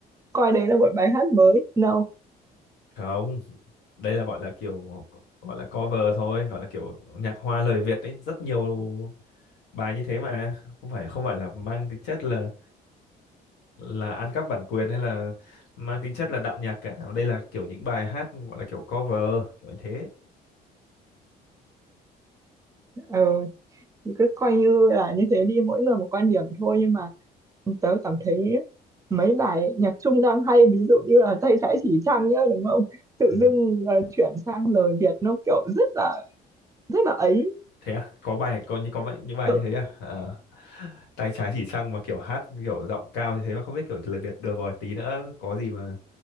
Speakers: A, on the right; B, on the left.
A: coi đấy là một bài hát mới no
B: không đây là gọi là kiểu gọi là cover thôi gọi là kiểu nhạc hoa lời Việt ấy rất nhiều bài như thế mà không phải không phải là mang tính chất là là ăn cắp bản quyền hay là mang tính chất là đạo nhạc cả đây là kiểu những bài hát gọi là kiểu cover kiểu như thế
A: ừ, thì cứ coi như là như thế đi mỗi người một quan điểm thôi nhưng mà tớ cảm thấy mấy bài nhạc Trung đang hay ví dụ như là tay trái chỉ trăng nhá đúng không tự
B: ừ.
A: dưng ờ, chuyển sang lời Việt nó kiểu rất là rất là ấy
B: thế à có bài có những có vậy- những bài
A: ừ,
B: như thế à Ờ. tay trái chỉ trăng mà kiểu hát kiểu giọng cao như thế mà không biết kiểu lời Việt được rồi tí nữa có gì mà